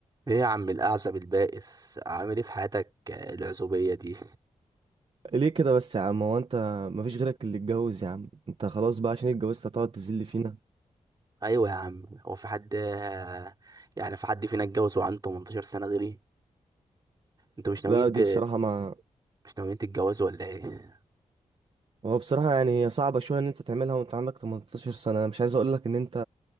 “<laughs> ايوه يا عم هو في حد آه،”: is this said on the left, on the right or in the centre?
Right